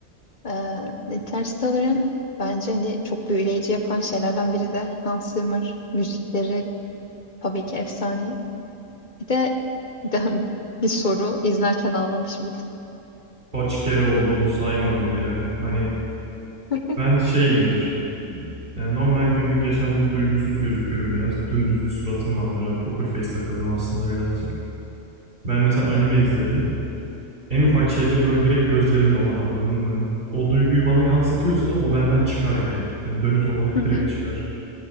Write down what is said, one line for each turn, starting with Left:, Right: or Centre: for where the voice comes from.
Left: Ee, Interstellar'ın bence hani çok büyüleyici yapan şeylerden biri de Hans Zimmer. Müzikleri tabii ki efsane. Bir de, bir de <laughs> bir soru izlerken ağlamış mıydın?
Right: Kaç kere olduğunu saymadım bile. Hani
Left: <laughs>
Right: ben şeyimdir. Yani normal günlük yaşamda duygusuz gözüküyorum biraz. Dümdüz bir suratım vardır. Yani poker face takılırım aslında birazcık. Ben mesela anime izlerim. En ufak şeyde böyle direkt gözlerim dolar anladın mı? O duyguyu bana yansıtıyorsa o benden çıkar yani. Yani dönüt olarak
Left: Hı
Right: direkt
Left: hı.
Right: çıkar.